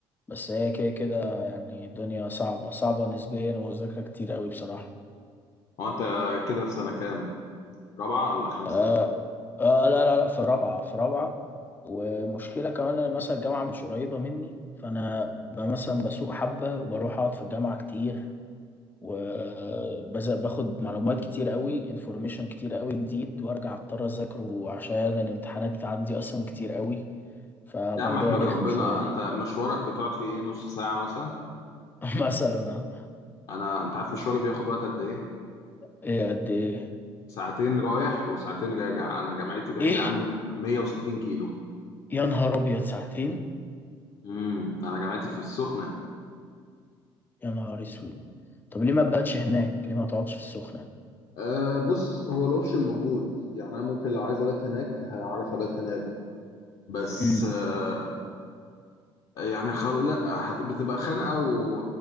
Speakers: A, on the left; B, on the left.
A: بس هي كده كده يعني الدنيا صعبة صعبة نسبيا ومذاكرة كتير قوي بصراحة
B: هو انت كده في سنة كام رابعة ولا خمسة
A: آه آه لا لا لا في رابعة في رابعة ومشكلة كمان أنا مثلا الجامعة مش قريبة مني فأنا ب- مثلا بسوق حبة وبروح أقعد في الجامعة كتير وباخد معلومات كتير قوي انفورميشن كتير قوي جديد وارجع اضطر اذاكره عشان الامتحانات عندي اصلا كتير قوي فموضوع
B: يا عم احمد
A: رخم
B: ربنا
A: شوية
B: انت مشوارك بتقعد فيه ايه نص ساعة مثلا
A: <laughs> مثلا آه،
B: انا انت عارف مشواري بياخد وقت قد ايه
A: ايه قد ايه
B: ساعتين رايح وساعتين راجع انا جامعتي بعيدة
A: ايه
B: عني 160 كيلو
A: يا نهار ابيض ساعتين
B: امم انا جامعتي في السخنة
A: يا نهار اسود طب ليه ما تباتش هناك ليه ما تقعدش في السخنة
B: أه بص هو الاوبشن موجود يعني انا ممكن لو عايز ابات هناك هعرف ابات هناك بس
A: امم
B: آه، يعني خل... لا هت... بتبقى خانقه و...